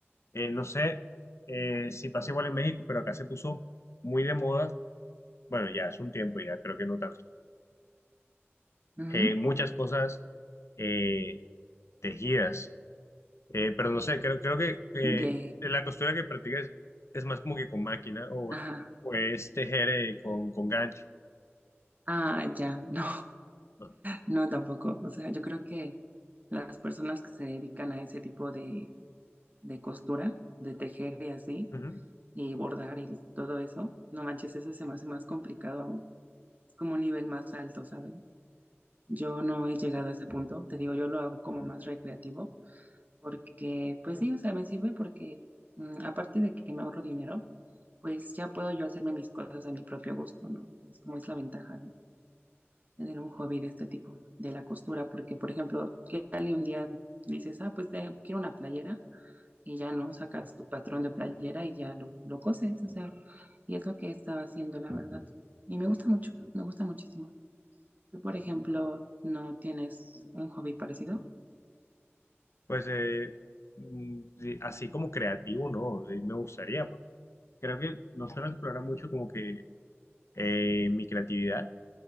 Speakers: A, on the left; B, on the right.
A: eh, no sé eh, si pasa igual en México, pero acá se puso muy de moda, bueno, ya es un tiempo, ya creo que no tanto,
B: ujú.
A: eh, muchas cosas eh, tejidas. Eh, pero no sé, creo, creo que eh,
B: De...
A: la costura que practicas es, es más como que con máquina o,
B: Ajá.
A: o es tejer eh, con, con gancho,
B: Ah, ya. <laughs> No,
A: ¿no?
B: no tampoco. O sea, yo creo que las personas que se dedican a ese tipo de, de costura, de tejer y así,
A: Ujú.
B: y bordar y todo eso. No manches, eso se me hace más complicado aún. Es como un nivel más alto, ¿sabes? Yo no he llegado a ese punto. Te digo, yo lo hago como más recreativo porque, pues sí, o sea, me sirve porque mm, aparte de que me ahorro dinero, pues ya puedo yo hacerme mis cosas a mi propio gusto, ¿no? Entonces, como es la ventaja de tener un hobby de este tipo, de la costura, porque, por ejemplo, ¿qué tal y un día dices, ah, pues eh, quiero una playera? y ya no sacas tu patrón de playera y ya lo, lo coses, o sea, y es lo que estaba haciendo, la verdad. Y me gusta mucho, me gusta muchísimo. ¿Tú, por ejemplo, no tienes un hobby parecido?
A: Pues eh, mm, sí, así como creativo, ¿no? Sí, me gustaría, porque creo que no suelo explorar mucho como que eh, mi creatividad.